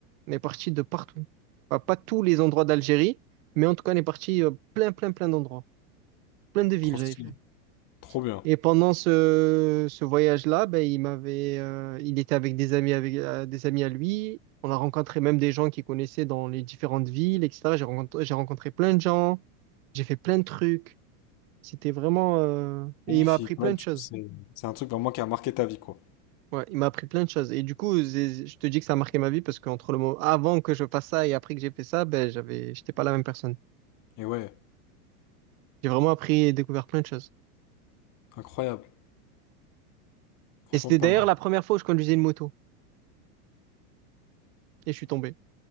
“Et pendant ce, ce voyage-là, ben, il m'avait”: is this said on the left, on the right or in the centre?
Right